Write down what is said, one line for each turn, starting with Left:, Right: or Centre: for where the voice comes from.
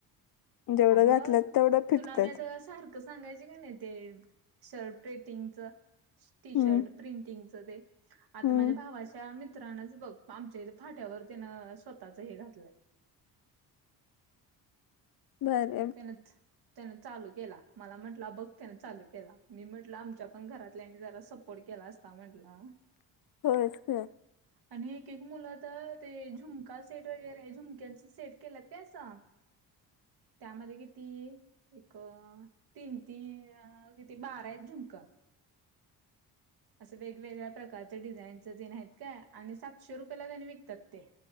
Left: जेवढं
Right: अगं
Left: घातलं तेवढं फिटतात
Right: तुला मी आता सारख सांगायचे का नाही ते शर्ट प्रेटिंगच टी
Left: हम्म
Right: शर्ट प्रिंटिंगचं ते आता
Left: हम्म
Right: माझ्या भावाच्या मित्रानच बघ आमच्या हीत फाट्यावर त्यानं स्वतःच हे घातलय.
Left: बरं
Right: त्यानच त्यान चालू केला मला म्हटला बघ त्यान चालू केला मी म्हटल आमच्या पण घरातल्यानी जरा सपोर्ट केला आसता ता म्हंटला.
Left: होयच की
Right: आणि एक एक मुलं तर ते झुमका सेट वगैरे झुमक्यांच सेट केलेत काय असा त्यामध्ये किती एक तीन तीन किती बारा आहेत झुंमका. अस वेगवेगळ्या प्रकारच्या डिझाईनच जन आहेत काय आणि सातशे रुपयाेला त्यानी विकतात ते